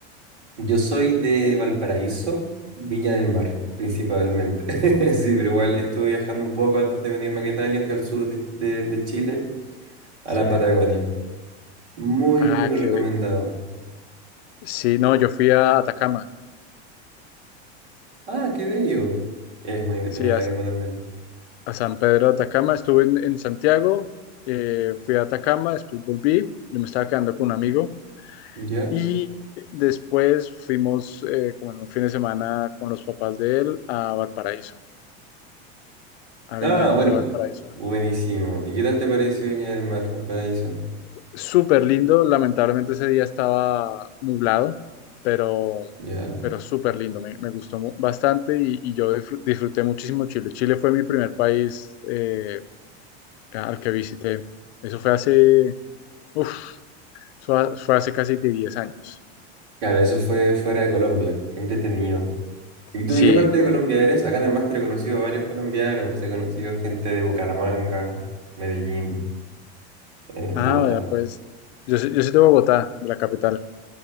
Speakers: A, on the right; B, on the left.
A: Yo soy de Valparaíso, Viña del Mar, principalmente. <laughs> Sí, pero igual estuve viajando un poco antes de venirme a Italia, fui al sur de, de de Chile, a
B: Sí.
A: la Patagonia. Muy,
B: Ah,
A: muy
B: que
A: recomendado.
B: sí, no, yo fui a Atacama,
A: Ah, qué bello. Es muy entretenido
B: sí, a,
A: la calma también.
B: a San Pedro de Atacama, estuve en, en Santiago, eh, fui a Atacama, después volví, yo me estaba quedando con un amigo
A: ¿Ya?
B: y después fuimos eh, como en un fin de semana con los papás de él a Valparaíso. a
A: Ah,
B: Viña del
A: bueno.
B: Mar y Valparaíso.
A: Buenísimo. ¿Y qué tal te pareció Viña del Mar, Paraíso?
B: Súper lindo, lamentablemente ese día estaba nublado, pero,
A: ¿Ya?
B: pero súper lindo, me, me gustó mu- bastante y, y yo disfr- disfruté muchísimo Chile. Chile fue mi primer país eh, al que visité. Eso fue hace, uf, eso ha- fue hace casi que 10 años.
A: Claro, eso fue fuera de Colombia. Qué entretenido. ¿Y tú
B: Sí,
A: de qué parte de Colombia eres? Acá en el máster he conocido a varios colombianos. He conocido gente de Bucaramanga, Medellín, eh, Bogotá.
B: ah, vea, pues yo, soy- yo soy de Bogotá, de la capital.